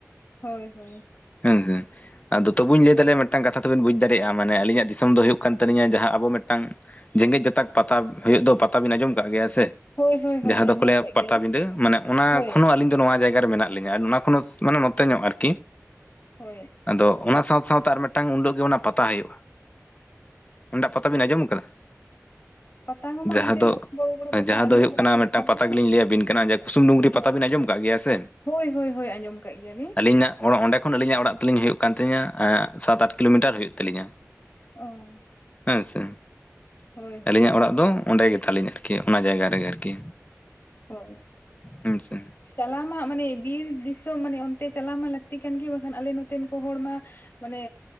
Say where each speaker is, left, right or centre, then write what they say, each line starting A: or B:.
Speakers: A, on the left (about 40°); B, on the left (about 25°).
A: ᱦᱳᱭ ᱦᱳᱭ
B: ᱦᱮᱸ ᱦᱮᱸ ᱟᱫᱚ ᱛᱚᱵᱩᱧ ᱞᱟᱹᱭ ᱫᱟᱲᱮᱭᱟᱜ ᱟ ᱢᱤᱫᱴᱟᱝ ᱠᱟᱛᱷᱟ ᱛᱚ ᱵᱤᱱ ᱵᱩᱡᱽ ᱫᱟᱲᱮᱭᱟᱜ ᱟ ᱢᱟᱱᱮ ᱟᱹᱞᱤᱧᱟᱜ ᱫᱤᱥᱚᱢ ᱫᱚ ᱦᱩᱭᱩᱜ ᱠᱟᱱ ᱛᱟᱹᱞᱤᱧᱟ ᱡᱟᱦᱟᱸ ᱟᱵᱚ ᱢᱤᱫᱴᱟᱝ ᱡᱮᱜᱮᱛ ᱡᱟᱛᱟᱠ ᱯᱟᱛᱟ ᱦᱩᱭᱩᱜ ᱫᱚ ᱯᱟᱛᱟᱵᱤᱱ ᱟᱸᱡᱚᱢ ᱠᱟᱜ ᱜᱮᱭᱟ ᱥᱮ
A: ᱦᱳᱭ ᱦᱳᱭ ᱦᱳᱭ
B: ᱡᱟᱦᱟᱸ ᱫᱚᱠᱚ
A: ᱟᱸᱡᱚᱢ
B: ᱞᱟᱹᱭᱟ
A: ᱠᱟᱜ
B: ᱯᱟᱴᱟᱵᱤᱸᱫᱟᱹ
A: ᱜᱮᱭᱟᱞᱤᱧ
B: ᱢᱟᱱᱮ ᱚᱱᱟ
A: ᱦᱳᱭ
B: ᱠᱷᱚᱱ ᱦᱚᱸ ᱟᱹᱞᱤᱧ ᱫᱚ ᱱᱚᱣᱟ ᱡᱟᱭᱜᱟ ᱨᱮ ᱢᱮᱱᱟᱜ ᱞᱤᱧᱱᱟ ᱞᱤᱧᱟ ᱟᱨ ᱚᱱᱟ ᱠᱷᱚᱱ ᱦᱚᱸ ᱢᱟᱱᱮ ᱱᱚᱛᱮ ᱧᱚᱜ ᱟᱨ ᱠᱤ
A: ᱦᱳᱭ
B: ᱟᱫᱚ ᱚᱱᱟ ᱥᱟᱶ ᱥᱟᱶᱛᱮ ᱟᱨ ᱢᱤᱫᱴᱟᱝ ᱩᱰᱟᱹᱜ ᱜᱮ ᱚᱱᱟ ᱯᱟᱛᱟ ᱦᱩᱭᱩᱜᱼᱟ ᱚᱱᱟ ᱴᱟᱜ ᱯᱟᱛᱟᱵᱤᱱ ᱟᱸᱡᱚᱢ ᱟᱠᱟᱫᱟ
A: ᱯᱟᱛᱟ ᱠᱚᱢᱟ
B: ᱡᱟᱦᱟᱸ
A: ᱚᱱᱛᱮᱱᱟᱜ
B: ᱫᱚ
A: ᱵᱚᱲᱚ ᱵᱚᱲᱚ ᱯᱟᱛᱟ
B: ᱡᱟᱦᱟᱸ
A: ᱟᱸᱡᱚᱢ
B: ᱫᱚ ᱦᱩᱭᱩᱜ
A: ᱵᱟᱲᱟ
B: ᱠᱟᱱᱟ
A: ᱦᱩᱭ
B: ᱢᱤᱫᱴᱟᱝ
A: ᱟᱠᱟᱱ
B: ᱯᱟᱛᱟ
A: ᱜᱮ
B: ᱜᱮᱞᱤᱧ ᱞᱟᱹᱭᱟ ᱵᱤᱱ ᱠᱟᱱᱟ ᱠᱩᱥᱩᱢ ᱰᱩᱝᱨᱤ
A: ᱦᱳᱭ
B: ᱯᱟᱛᱟ ᱵᱤᱱ ᱟᱸᱡᱚᱢ ᱠᱟᱜ ᱜᱮᱭᱟ ᱥᱮ
A: ᱦᱳᱭ ᱦᱳᱭ ᱦᱳᱭ ᱟᱸᱡᱚᱢ ᱠᱟᱜ ᱜᱮᱭᱟᱞᱤᱧ
B: ᱟᱹᱞᱤᱧᱟᱜ ᱚᱱ ᱚᱸᱰᱮ ᱠᱷᱚᱱ ᱟᱹᱞᱤᱧᱟᱜ ᱚᱲᱟᱜ ᱛᱟᱞᱤᱧ ᱦᱩᱭᱩᱜ ᱠᱟᱱ ᱛᱤᱧᱟ ᱥᱟᱛ ᱟᱴ ᱠᱤᱞᱳᱢᱤᱴᱟᱨ ᱦᱩᱭᱩᱜ ᱛᱟᱹᱞᱤᱧᱟ
A: ᱚ
B: ᱦᱮᱸ ᱥᱮ
A: ᱦᱳᱭ ᱦᱳᱭ
B: ᱟᱹᱞᱤᱧᱟᱜ ᱚᱲᱟᱜ ᱫᱚ ᱚᱸᱰᱮ ᱜᱮ ᱛᱟᱞᱤᱧ ᱟᱨᱠᱤ ᱚᱱᱟ ᱡᱟᱭᱜᱟ ᱨᱮᱜᱮ ᱟᱨᱠᱤ
A: ᱦᱳᱭ
B: ᱦᱮᱸ ᱥᱮ
A: ᱪᱟᱞᱟᱣ ᱢᱟ ᱢᱟᱱᱮ ᱵᱤᱨ ᱫᱤᱥᱚᱢ ᱢᱟᱱᱮ ᱚᱱᱛᱮ ᱪᱟᱞᱟᱣ ᱢᱟ ᱞᱟᱹᱠᱛᱤ ᱠᱟᱱ ᱜᱮ ᱵᱟᱠᱷᱟᱱ ᱟᱞᱮ ᱱᱚᱛᱮᱱ ᱠᱚ ᱦᱚᱲ ᱢᱟ ᱢᱟᱱᱮ